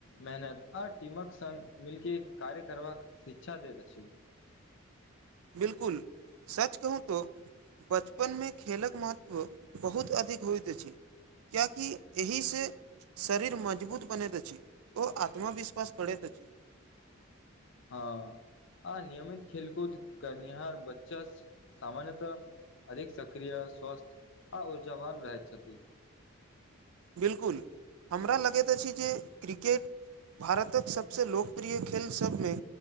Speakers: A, on the left (about 60°); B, on the right (about 85°).
A: मेहनत आ टीमक संग मिलके कार्य करबाक शिक्षा दैत अछि
B: बिलकुल सच कहू तो बचपन में खेलक महत्व बहुत अधिक होइत अछि कियाकि एहिसँ शरीर मजबूत बनैत अछि ओ आत्मविश्वास बढ़ैत अछि
A: हँ आ नियमित खेलकूद करनिहार बच्चा सामान्यतः अधिक सक्रिय स्वस्थ आ ऊर्जावन रहै छथि
B: बिलकुल हमरा लगैत अछि जे क्रिकेट भारतक सबसँ लोकप्रिय खेलसब में